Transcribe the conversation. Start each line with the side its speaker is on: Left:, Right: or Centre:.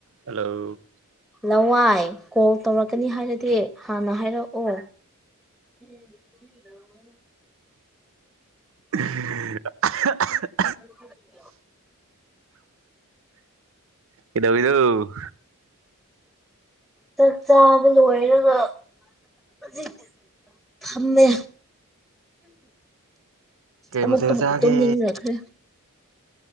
Right: hello
Centre: ꯂꯋꯥꯏ call ꯇꯧꯔꯛꯀꯅꯤ ꯍꯥꯏꯔꯗꯤ ꯍꯥꯟꯅ ꯍꯥꯏꯔꯛꯑꯣ <unintelligible>
Right: <inaudible>
Centre: <unintelligible>
Right: ꯀꯩꯗꯧꯔꯤꯅꫭ
Centre: ꯆꯥꯛ ꯆꯥꯕ ꯂꫭꯏꯔꯒ ꯍꯧꯖꯤꯛꯇꯤ ꯐꯝꯃꯦ
Right: ꯀꯩ
Centre: ꯑꯃꯨꯛ
Right: ꯃꯊꯦꯜ
Centre: ꯇꯨꯝ
Right: ꯆꯥꯒꯦ
Centre: ꯇꯨꯝꯅꯤꯡꯔꯛꯈ꯭ꯔꯦ